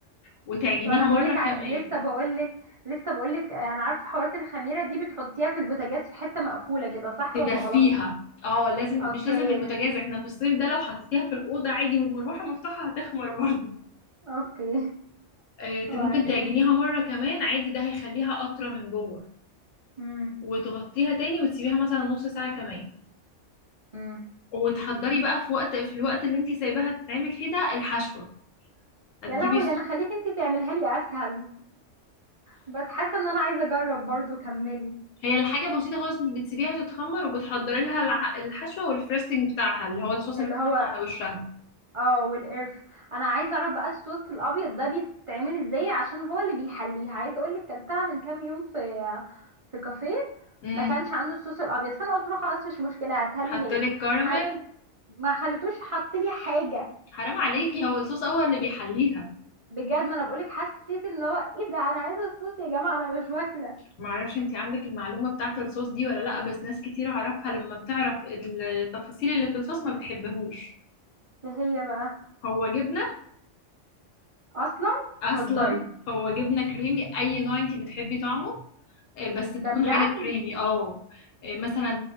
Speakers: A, on the left (about 90°); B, on the right (about 55°).
A: وتعجنيها
B: وانا بقولك
A: مرة كمان
B: ع... لسه بقولك لسه بقولك انا عارفه حوارات الخميره دي بتحطيها في البوتاجاز في حته مقفوله كده صح
A: تدفيها
B: ولا غلط
A: اه لازم
B: اوكي
A: مش لازم في البوتاجاز احنا في الصيف ده لو حطيتيها في الأوضة عادي والمروحة مفتوحة هتخمر برضه
B: اوكي
A: آه، ت-
B: <laughs> وبعدين
A: ممكن تعجنيها مرة كمان عادي ده هيخليها أطرى من جوه
B: امم
A: وتغطيها تاني وتسيبيها مثلا نص ساعة كمان
B: امم
A: وتحضري بقى في وقت في الوقت اللي انت سايباها تتعمل فيه ده الحشوة هتجيبي
B: يا لهوي
A: س-
B: ده انا خليك انتي تعمليها لي اسهل بس حاسه ان انا عايزه اجرب برضو كملي
A: هي الحاجة بسيطة خالص انت بتسيبيها تتخمر وبتحضري لها الع- الحشوة والفريستنج بتاعها اللي هو الصوص
B: اللي
A: اللي بيتحط
B: هو
A: على وشها
B: اه والقرف انا عايزه اعرف بقى الصوص الابيض ده بيتعمل ازاي عشان هو اللي بيحليها عايزه اقول لك كلتها من كام يوم في في كافيه
A: امم
B: ما كانش عنده الصوص الابيض فانا قلت له خلاص مش مشكله هاتها
A: حطلك
B: لي هي
A: كراميل
B: ح... ما خلتوش حط لي حاجه
A: حرام عليكي هو الصوص هو اللي بيحليها
B: بجد ما انا بقول لك حسيت ان هو ايه ده انا عايزه الصوص يا جماعه انا مش واكله
A: معرفش انت عندك المعلومة بتاعت الصوص دي ولا لا بس ناس كتير اعرفها لما بتعرف التفاصيل اللي في الصوص ما بتحبهوش
B: ايه هي بقى
A: هو جبنة
B: اصلا
A: اصلا
B: بتهزري
A: هو جبنة كريمي اي نوع انت بتحبي طعمه آه، بس تكون
B: ده بجد
A: حاجة كريمي اه آه، مثلا